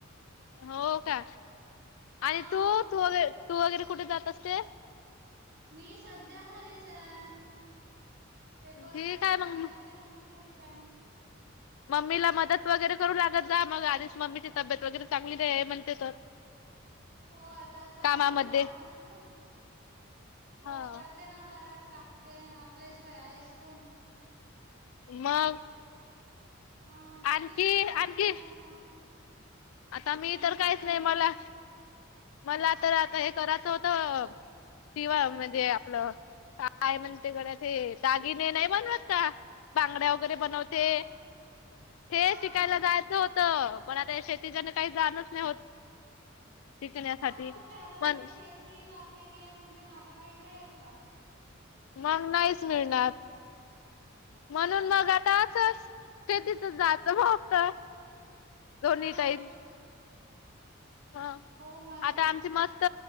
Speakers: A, on the left; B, on the right.
A: हो का?
B: हा
A: आणि तू तू वगर तू वगैरे कुठे जात असते.
B: मी सध्या घरीच आहे. पेपर
A: ठीक
B: वगैरे
A: आहे
B: झाले
A: मग
B: माझे म्हणून घरीचे.
A: मम्मीला मदत वगैरे करू लागत जा म, मग आधीच मम्मीची तब्येत वगैरे चांगली म्हणते तर.
B: हो आता चालूच
A: कामामध्ये
B: राहते ना ते,
A: हा
B: हो करते न, करात लागते. आपल्याशिवाय आहेस कोण.
A: मग.
B: हा तुम्ही
A: आणखी
B: सांगा
A: आणखी
B: तुम्ही काय म्हणता.
A: आता मी
B: आणखी
A: तर काहीच
B: काही
A: नाही मला मला तर आता हे करायचं होतं, दिवा म्हणजे आपलं. काय म्हणते गड्या ते, दागिने नाही बनवत का? बांगड्यावर वगरे बनवते,
B: हा
A: ते
B: हा हा
A: शिकायला जायचं होत, पण आता शेत तीच्याना काही जाणच नाही होत. शिकण्यासाठी.
B: आता कुठे आता
A: पण
B: तुम्ही शेती केलीय म्हणते ना, आता वेळ मिळेल का?
A: मग नाहीच मिळणार. म्हणून मग आता असच शेतीतच जाचं फक्त. दोनी
B: हा
A: टाईम. हा.
B: हो मग
A: आता आमची मस्त